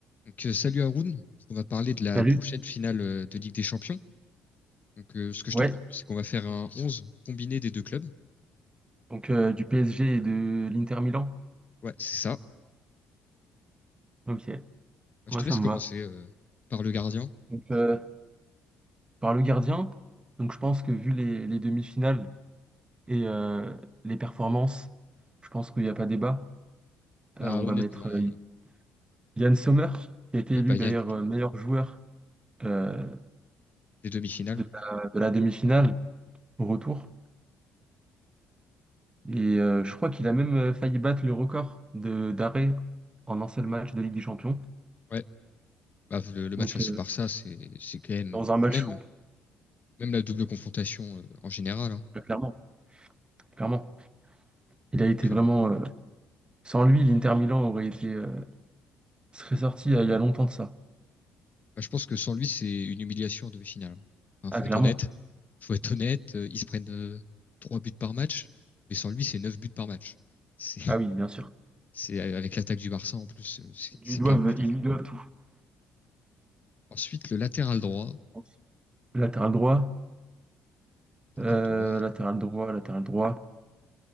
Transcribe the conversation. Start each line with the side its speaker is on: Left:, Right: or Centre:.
Left: Donc, euh, salut Haroun. On va parler de la
Right: Salut.
Left: prochaine finale euh, de Ligue des Champions. Donc, euh, ce que je
Right: Ouais,
Left: te propose, c'est qu'on va faire un 11 combiné des deux clubs.
Right: donc euh, du PSG et de l'Inter Milan.
Left: Ouais, c'est ça.
Right: Ok,
Left: Bah,
Right: moi
Left: Je te
Right: ça
Left: laisse
Right: me
Left: commencer
Right: va.
Left: euh, par le gardien.
Right: Donc euh, par le gardien, donc je pense que vu les, les demi-finales et euh, les performances, je pense qu'il n'y a pas débat.
Left: Bah,
Right: Euh, on
Left: honnêtement,
Right: va mettre euh,
Left: euh,
Right: Yann Sommer, qui a été
Left: oui,
Right: élu
Left: bah, il
Right: d'ailleurs
Left: y a
Right: euh, meilleur joueur euh,
Left: des demi-finales.
Right: de la, de la demi-finale au retour. Et euh, je crois qu'il a même euh, failli battre le record de d'arrêt en un seul match de Ligue des Champions.
Left: Ouais, bah, le, le match
Right: Donc
Left: face
Right: euh,
Left: au Barça, c'est, c'est quand même,
Right: dans un match
Left: même,
Right: fou,
Left: même la double confrontation euh, en général. hein.
Right: clairement, clairement. Il a
Left: Donc,
Right: été vraiment.
Left: euh,
Right: euh, Sans lui, l'Inter Milan aurait été, euh, serait sorti euh, il y a longtemps de ça.
Left: bah, je pense que sans lui, c'est une humiliation en demi-finale. Hein,
Right: Ah,
Left: faut
Right: clairement.
Left: être honnête. Faut être honnête. euh, ils se prennent euh, trois buts par match, mais sans lui, c'est neuf buts par match. C'est
Right: Ah oui, bien sûr.
Left: C'est euh, avec l'attaque du Barça en plus, euh, c'est
Right: Ils
Left: c'est
Right: lui doivent,
Left: quand même plutôt
Right: ils
Left: fort.
Right: lui doivent tout. je
Left: Ensuite, le latéral droit.
Right: pense. Latéral droit, euh,
Left: Latéral droit.
Right: latéral droit, latéral droit.